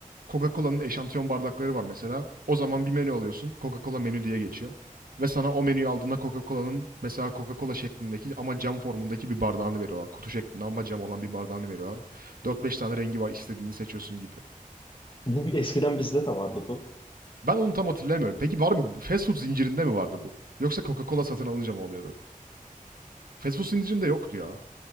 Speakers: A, on the right; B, on the left.
A: Coca-Cola'nın eşantiyon bardakları var mesela. O zaman bir menü alıyorsun. Coca-Cola menü diye geçiyor. Ve sana o menüyü aldığında Coca-Cola'nın mesela Coca-Cola şeklindeki ama cam formundaki bir bardağını veriyorlar. Kutu şeklinde ama cam olan bir bardağını veriyorlar. Dört beş tane rengi var istediğini seçiyorsun gibi.
B: Bu bir- eskiden bizde de vardı bu.
A: Ben onu tam hatırlayamıyorum. Peki var mı fast food zincirinde mi vardı bu? Yoksa Coca-Cola satın alınca mı oluyordu? Fast food zincirinde yoktu ya.